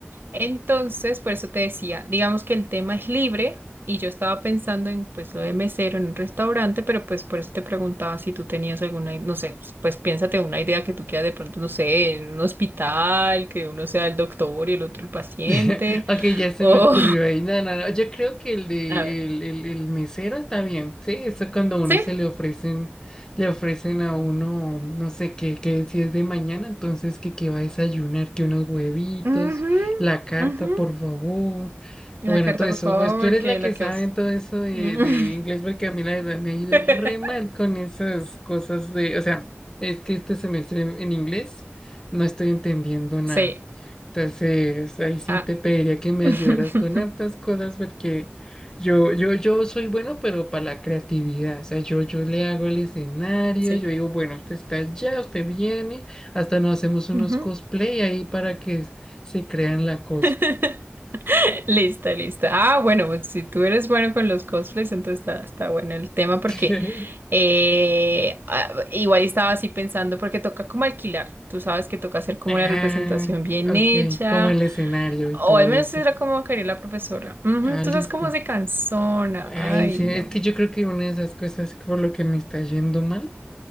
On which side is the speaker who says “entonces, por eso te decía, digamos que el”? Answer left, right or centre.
Right